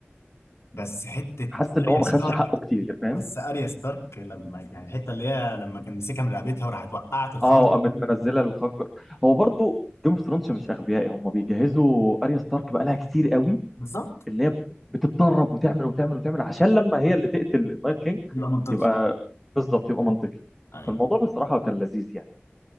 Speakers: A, on the left; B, in the centre.
A: بس حته
B: حاسس ان
A: اريا
B: هو ما
A: ستارك
B: خدش حقه كتير فاهم
A: بس اريا ستارك لما يعني الحته اللي هي لما كان مسكها من رقبتها وراحت وقعت الخنجر
B: اه قامت
A: كده
B: منزله الخنجر هو برضو جيم اوف ثرونز مش اغبياء هم بيجهزوا اريا ستارك بقى لها كتير قوي
A: بالظبط
B: اللي هي بتتدرب وتعمل وتعمل وتعمل عشان لما هي اللي تقتل النايت كينج
A: يبقى منطقي
B: يبقى بالظبط يبقى منطقي
A: اي
B: فالموضوع بصراحه كان لذيذ يعني